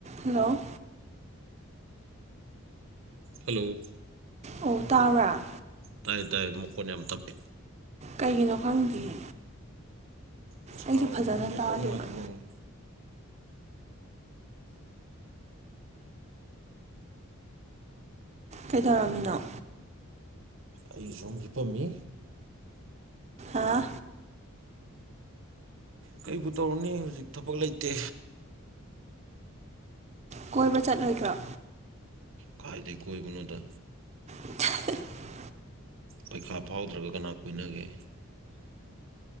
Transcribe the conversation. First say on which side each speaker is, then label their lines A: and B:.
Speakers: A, on the right (about 30°); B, on the right (about 60°).
A: hello
B: hello
A: ꯑꯣ ꯇꯥꯕ꯭ꯔꯥ
B: ꯇꯥꯏ ꯇꯥꯏ ꯃꯈꯣꯟ ꯌꯥꯝ ꯇꯞꯄꯦ
A: ꯀꯩꯒꯤꯅꯣ ꯈꯪꯗꯤꯌꯦ
B: ꯃꯁꯥꯒꯤ
A: ꯑꯩꯁꯨ ꯐꯖꯅ
B: ꯑꯃꯨꯛ ꯅꯦꯠꯋꯥꯛ
A: ꯇꯥꯗꯦꯕ
B: ꯅꯨꯡꯉꯥꯏꯇꯕ ꯑꯣꯏꯔꯝꯒꯅꯤ
A: ꯀꯩꯗꯧꯔꯝꯃꯤꯅꯣ
B: ꯑꯩ ꯁꯨꯝ ꯍꯤꯞꯄꯝꯃꯤ
A: ꯑꯥ
B: ꯀꯩꯕꯨ ꯇꯧꯔꯨꯅꯤ ꯍꯧꯖꯤꯛ ꯊꯕꯛ ꯂꯩꯇꯦ
A: ꯀꯣꯏꯕ ꯆꯠꯂꯣꯏꯗ꯭ꯔꯣ
B: ꯀꯥꯏꯗ ꯀꯣꯏꯕꯅꯣꯗ
A: <unintelligible>
B: ꯄꯩꯈꯥ ꯐꯥꯎꯗ꯭ꯔꯒ ꯀꯅꯥ ꯀꯣꯏꯅꯒꯦ